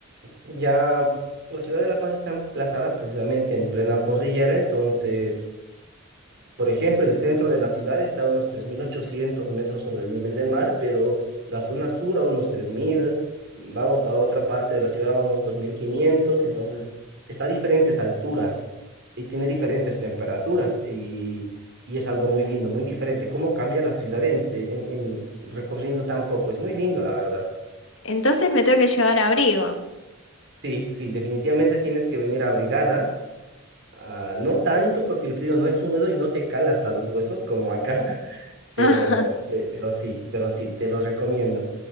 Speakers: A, on the right; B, on the left.
A: Ya la ciudad de La Paz está emplazada precisamente en plena cordillera, entonces por ejemplo, el centro de la ciudad está a unos 3.800 metros sobre el nivel del mar, pero la zona sur a unos 3.000, vamos a otra parte de la ciudad a unos 2.500, entonces está a diferentes alturas y tiene diferentes temperaturas y, y es algo muy lindo, muy diferente. ¿Cómo cambia la ciudad en, en- en recorriendo tan poco? Es muy lindo, la verdad.
B: Entonces me tengo que llevar abrigo.
A: Sí, sí, definitivamente tienes que venir abrigada. ah, no tanto porque el frío no es húmedo y no te cala hasta los huesos como acá, pero,
B: <laughs>
A: pe- pero sí, pero sí, te lo recomiendo.